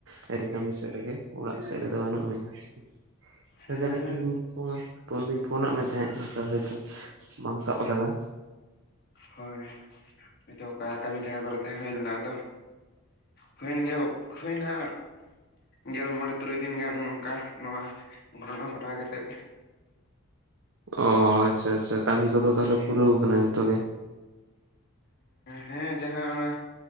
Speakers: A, on the right; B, on the left.
A: ᱵᱟᱭᱨᱮ ᱠᱟᱹᱢᱤ ᱥᱮᱫ ᱨᱮᱜᱮ ᱚᱲᱟᱜ ᱥᱮᱫ ᱨᱮᱫᱚ ᱵᱟᱹᱱᱩᱜ ᱢᱮᱭᱟ <unintelligible>
B: ᱦᱮᱸ
A: ᱯᱷᱳᱱᱫᱩᱧ ᱯᱷᱳᱱᱟᱫ ᱢᱮ ᱛᱟᱦᱮᱸᱫ ᱟᱫᱚ ᱦᱚᱭᱛᱚ ᱵᱟᱢ ᱥᱟᱵ ᱟᱠᱟᱫᱟ
B: ᱦᱳᱭ ᱢᱤᱫᱴᱮᱡ ᱚᱠᱟ ᱠᱟᱹᱢᱤ ᱡᱟᱦᱟᱜᱟ ᱠᱚᱨᱮ ᱛᱟᱦᱮᱸ ᱦᱩᱭ ᱞᱮᱱᱟ ᱟᱫᱚ ᱦᱩᱭᱮᱱ ᱜᱮᱭᱟ ᱦᱩᱭᱱᱟ ᱜᱮᱞ ᱢᱚᱬᱮ ᱛᱩᱨᱩᱭ ᱫᱤᱱ ᱜᱟᱱ ᱱᱚᱝᱠᱟ ᱱᱚᱣᱟ ᱜᱷᱚᱴᱚᱱᱟ ᱜᱷᱚᱴᱟᱣ ᱠᱟᱛᱮᱫ
A: ᱚ ᱟᱪᱪᱷᱟ ᱟᱪᱪᱷᱟ ᱠᱟᱹᱢᱤ ᱠᱚᱫᱚ ᱛᱟᱦᱚᱞᱮ ᱯᱩᱨᱟᱹᱣ ᱠᱟᱱᱟ ᱡᱚᱛᱚ ᱜᱮ
B: ᱦᱮᱸ ᱡᱟᱦᱟᱸ ᱚᱱᱟ